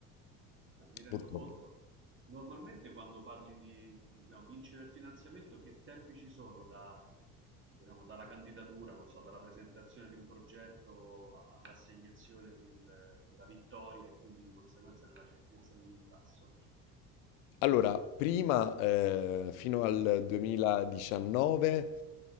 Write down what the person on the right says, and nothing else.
Mi rendo
conto. Normalmente quando parli di, diciamo, vincere il finanziamento, che tempi ci sono da, diciamo, dalla candidatura, non so, dalla presentazione di un progetto a- all'assegnazione del- della vittoria e quindi di conseguenza nella certezza dell'incasso?